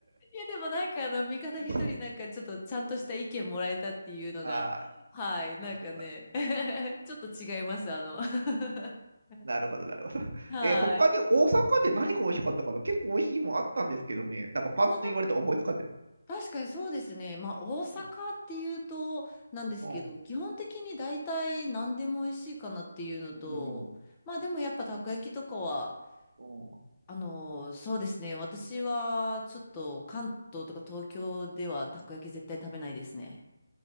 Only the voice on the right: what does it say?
<laughs> うん。<laughs> ああ、よ
かったよかった。
なるほど、なるほど。
えー他に大阪で何が美味しかったかな結構美味しいもんあったんですけどね。なんかパッと言われて思いつかんで。
うん。う
ん。
うん。